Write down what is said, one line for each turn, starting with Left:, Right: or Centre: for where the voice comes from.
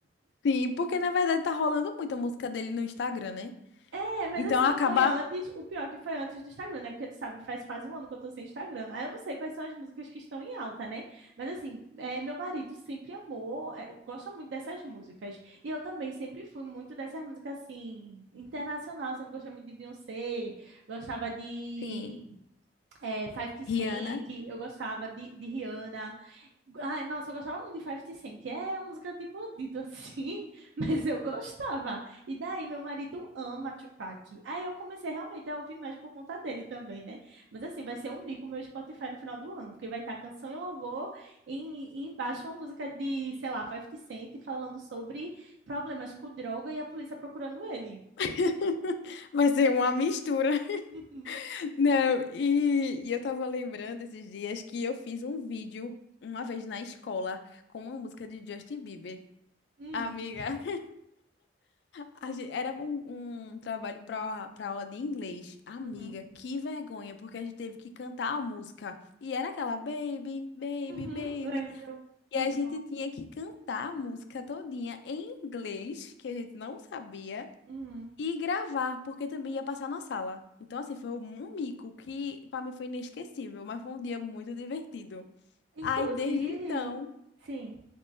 Left: Sim, porque na verdade tá rolando muita música dele no Instagram, né?
Right: É, mas
Left: Então
Right: assim,
Left: acaba.
Right: foi antes, o pior que foi antes do Instagram, né? Porque tu sabe, faz quase um ano que eu tô sem Instagram. Aí eu não sei quais são as músicas que estão em alta, né? Mas assim, é, meu marido sempre amou, é, gosta muito dessas músicas. E eu também sempre fui muito dessas músicas, assim, internacional. Sempre gostei muito de Beyoncé, gostava de
Left: Sim.
Right: é, 50 Cent,
Left: Rihanna.
Right: eu gostava de, de Rihanna. Ai, nossa, eu gostava muito de 50 Cent. É uma música de bandido, assim, <laughs> mas eu gostava. E daí, meu marido ama Tupac. Aí eu comecei realmente a ouvir mais por conta dele também, né? Mas assim, vai ser um mico meu Spotify no final do ano, porque vai estar canção e louvor e, e embaixo uma música de, sei lá, 50 Cent falando sobre problemas com droga e a polícia procurando ele.
Left: <laughs> Vai ser uma mistura.
Right: <laughs>
Left: <laughs> Não, e, e eu tava lembrando esses dias que eu fiz um vídeo uma vez na escola com uma música de Justin Bieber.
Right: Hum,
Left: Amiga, <laughs> a gen- era um, um trabalho para para aula de inglês. Amiga,
Right: uhum,
Left: que vergonha, porque a gente teve que cantar a música. E era aquela baby, baby,
Right: uhum,
Left: baby.
Right: lembro.
Left: E
Right: Muito
Left: a gente
Right: bom.
Left: tinha que cantar a música todinha em inglês, que a gente não sabia,
Right: Uhum.
Left: e gravar, porque também ia passar na sala. Então, assim, foi um mico que para mim foi inesquecível, mas foi um dia muito divertido.
Right: Inclusive,
Left: Aí, desde então,
Right: sim.